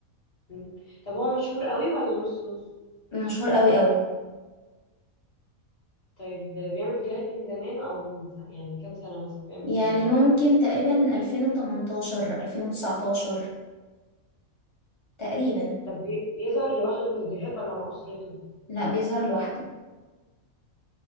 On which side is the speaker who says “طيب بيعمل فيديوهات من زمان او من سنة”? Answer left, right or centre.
Left